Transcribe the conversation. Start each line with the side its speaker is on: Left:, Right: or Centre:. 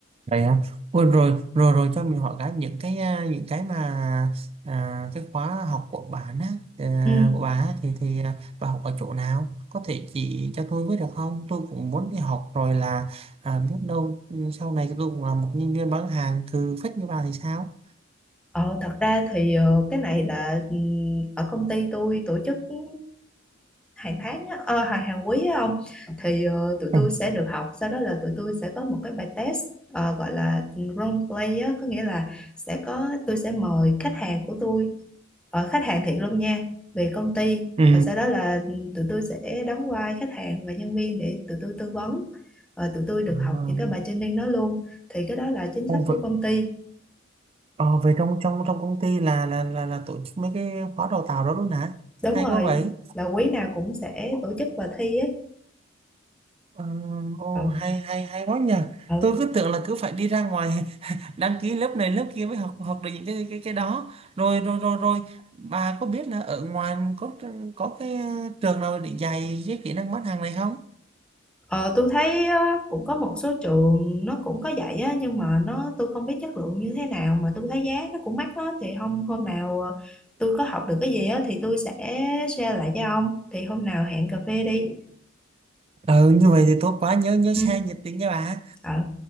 Right: Vậy hả? Ôi, rồi rồi rồi cho mình hỏi cái những cái à, những cái mà à, cái khóa học của bạn á à,
Centre: Ừ.
Right: của bà á, thì thì à, bà học ở chỗ nào có thể chỉ cho tôi với được không tôi cũng muốn đi học rồi là à, biết đâu ừ, sau này tôi cũng là một nhân viên bán hàng cừ phách như bà thì sao
Centre: Ờ, thật ra thì ờ, cái này là ừm, ở công ty tôi tổ chức ừm, hàng tháng á, ờ, hàng hàng quý á ông, thì ờ, tụi
Right: Ừ.
Centre: tôi sẽ được học sau đó là tụi tôi sẽ có một cái bài test ờ, gọi là role play á, có nghĩa là sẽ có tôi sẽ mời khách hàng của tôi ờ, khách hàng thiệt luôn nha về công ty
Right: Ừ.
Centre: và sau đó là ừm, tụi tôi sẽ đóng vai khách hàng và nhân viên để tụi tôi tư vấn Ờ, tụi tôi được
Right: À,
Centre: học những cái bài training đó luôn thì cái đó là chính
Right: ô,
Centre: sách
Right: vậy,
Centre: của công ty
Right: ờ, vậy trong trong trong công ty là là là là tổ chức mấy cái khóa đào tạo đó luôn hả
Centre: đúng
Right: hay
Centre: rồi
Right: quá vậy
Centre: là quý nào cũng sẽ tổ chức và thi ấy
Right: Ờ, Ồ,
Centre: ừ,
Right: hay hay hay quá nhờ
Centre: ừ.
Right: tôi cứ tưởng là cứ phải đi ra ngoài <laughs> đăng ký lớp này lớp kia mới học học được những cái cái cái đó rồi rồi rồi rồi bà có biết là ở ngoài có có cái trường nào để dạy cái kỹ năng bán hàng này không
Centre: Ờ, tôi thấy á, cũng có một số trường nó cũng có dạy á, nhưng mà nó tôi không biết chất lượng như thế nào mà tôi thấy giá nó cũng mắc á, thì hôm hôm nào ờ, tôi có học được cái gì á, thì tôi sẽ share lại cho ông thì hôm nào hẹn cà phê đi
Right: ừ như vậy thì tốt quá nhớ nhớ
Centre: ừ.
Right: xe nhiệt tình nha bà
Centre: ờ,